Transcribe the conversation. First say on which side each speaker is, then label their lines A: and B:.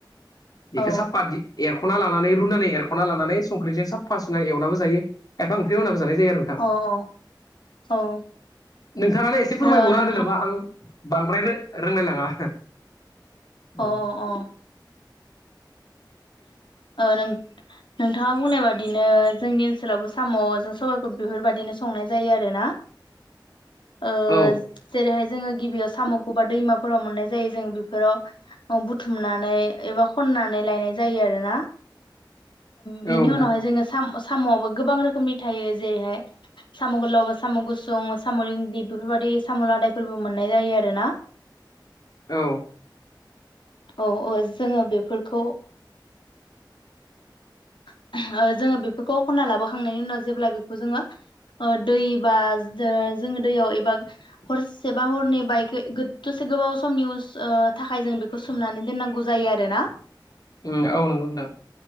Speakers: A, on the left; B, on the left.
A: बेखौ
B: औ
A: साफात एरख'ना लानानै रुनानै एरख'ना लानानै संख्रिजों स साफ फासना एवनाबो जायो एायफा ओंख्रि होननाबो जानाय जायो आरो
B: औ
A: नोंथां
B: औ
A: नोंथाङानो एसे फोरमायबावना
B: ओ नोंथां
A: होदो नामा आं बांद्राय रोंलायलाङा औ
B: अ अ अ नों नोंथाङा बुंनाय बादिनो जोंनि ओनसोलावबो साम'जों सबाइखौ बेफोरबायदिनो संनाय जायो आरो ना ओ
A: औ
B: जेरैहाय जोङो गिबियाव सामखौ दैमाफोराव मोननाय जायो जों बेफोराव खननानै एबा बुथुमनानै नानै लायनाय जायो आरोना बेनि
A: औ नोंथां
B: उनावहाय जोंङो साम'आबो गोबां रोखोमनि थायो जेरैहाय साम' गोलावबा साम' गुसुं साम' लंगि बेफोरबायदि साम' आदायफोरबो मोननाय जायो आरोना
A: औ
B: औ औ जोङो बेफोरखौ <inaudible> जोङो बेफोरखौ खनना लाबोखांनायनि उनाव जेब्ला बेखौ जोङो दै बा जोङो दैयाव एबा हरसे बा हरनै बायक दसे गोबाव समनि थाखाय जों बेखौ सोमनानै दोननांगौ जायो आरोना
A: औ नंगौ नोंथां